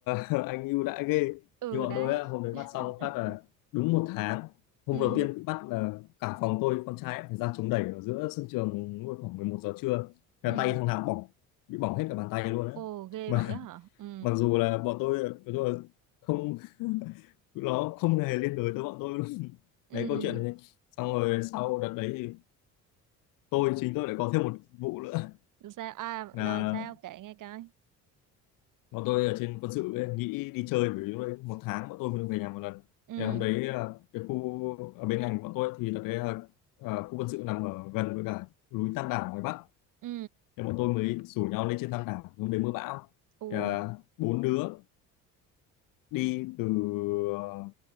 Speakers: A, on the left; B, on the right.
A: <laughs> anh ưu đãi ghê
B: ừ
A: như bọn
B: đấy
A: tôi á hôm đấy
B: <laughs>
A: bắt xong phát là đúng một tháng hôm
B: ừ
A: đầu tiên bị bắt là cả phòng tôi con trai ấy, phải ra chống đẩy ở giữa sân trường lúc khoảng 11 giờ trưa là
B: ừ
A: tay thằng nào cũng bỏng bị bỏng hết cả bàn tay luôn
B: ồ
A: á
B: ghê
A: mà
B: vậy á hả
A: <laughs>
B: ừ
A: mặc dù là bọn tôi bọn tôi là không nó không hề liên đới tới bọn tôi luôn
B: ừ
A: đấy câu chuyện này xong rồi sau đợt đấy thì tôi chính tôi lại có thêm một vụ nữa
B: sao à
A: là
B: rồi sao kể nghe coi
A: bọn tôi ở trên quân sự ấy, nghĩ đi chơi bởi vì lúc đấy một tháng bọn tôi mới được về nhà một lần
B: ừ
A: thì hôm đấy à, cái khu ở bên ngành của bọn tôi thì là cái à, à, khu quân sự nằm ở gần với cả núi Tam Đảo ngoài Bắc
B: ừ
A: thì bọn tôi mới rủ nhau lên trên Tam Đảo hôm đấy mưa bão
B: ui
A: thì, à, bốn đứa đi từ ờ,